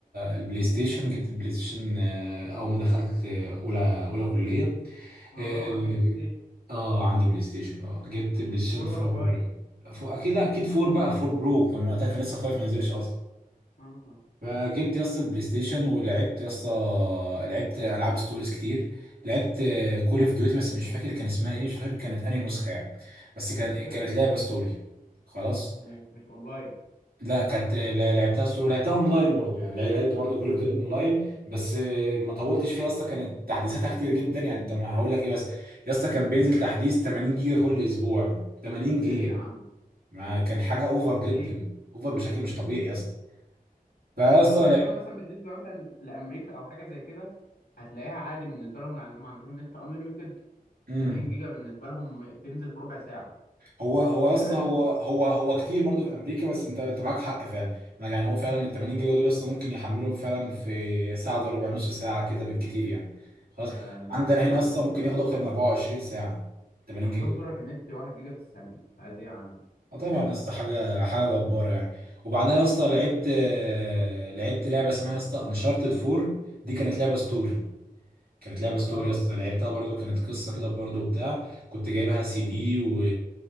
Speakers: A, on the right (about 85°); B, on the left (about 85°).
A: البلاي ستيشن جبت البلاي ستيشن آه، اول ما دخلت آه، اولى اولى كليه
B: اه
A: اه
B: اه عندك بلاي ستيشن
A: آه، عندي بلاي ستيشن اه جبت بلاي ستيشن
B: 4
A: 4
B: ولا 5
A: فور اكيد لا اكيد 4 بقى 4 برو كان وقتها كان لسه 5 ما نزلش اصلا
B: اه
A: فجبت يا اسطى البلاي ستيشن ولعبت يا اسطى لعبت العاب ستوريز كتير لعبت كول اوف ديوتي بس مش فاكر كان اسمها ايه مش فاكر كانت انهي نسخه يعني بس
B: كان
A: كان
B: ستوري
A: كانت لعبه ستوري خلاص
B: مش مش اونلاين
A: لا كانت لا- لعبتها ستوري لعبتها اونلاين برضو يعني لا- لعبت برضو كول اوف ديوتي اونلاين بس آه، ما طولتش فيها اصلا كانت تحديثاتها كتير جدا يعني انت ما هقول لك ايه بس يا اسطى كان بينزل تحديث 80 جيجا كل اسبوع 80
B: ليه
A: جيجا
B: يا عم
A: ما كان حاجه اوفر
B: ليه
A: جدا اوفر بشكل مش طبيعي يا اسطى فيا
B: هو
A: اسطى
B: تقريبا مثلا بالنسبه مثلا لامريكا او حاجه زي كده هتلاقيها عادي بالنسبه لهم لانهم عندهم نت انليمتد
A: لعبت
B: و80 جيجا بالنسبه لهم تنزل في ربع ساعه
A: هو هو
B: يمكن
A: يا اسطى
B: اقل
A: هو
B: من ربع
A: هو هو كتير برضه في امريكا بس انت انت معاك حق فعلا معاك- يعني هو فعلا
B: مم.
A: ال 80 جيجا دول اصلا ممكن يحملهم فعلا في ساعه الا ربع نص ساعه كده بالكتير يعني خلاص
B: ده
A: عندنا
B: يا اسطى
A: هنا
B: عندهم
A: اصلا ممكن ياخدوا اكتر من 24 ساعه 80
B: عندهم
A: جيجا دول
B: سرعه النت 1 جيجا في الثانيه انت عايز ايه يا عم
A: اه طبعا يا اسطى حاجه حاجه جباره يعني وبعدها
B: لا
A: يا اسطى لعبت آه، لعبت لعبه اسمها يا اسطى انشارتد 4 دي كانت لعبه ستوري كانت لعبه ستوري
B: اه
A: اصلا لعبتها برضو كانت قصه كده برضو بتاع كنت جايبها سي دي و...